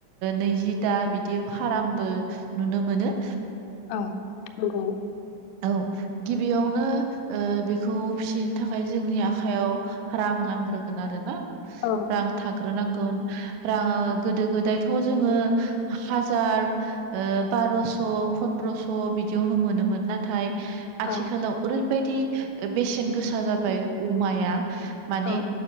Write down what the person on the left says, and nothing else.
औ नंगौ
औ
औ
औ